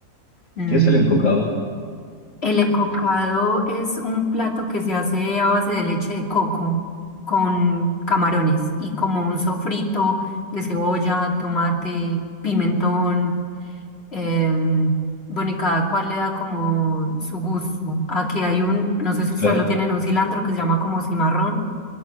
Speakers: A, on the left; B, on the left.
A: mm,
B: ¿Qué es el encocado?
A: el encocado es un plato que se hace a base de leche de coco con camarones y como un sofrito de cebolla, tomate, pimentón. em, bueno, y cada cual le da como su gusto. Aquí hay un, no sé si ustedes
B: Claro,
A: lo tienen, un cilantro que se llama como cimarrón.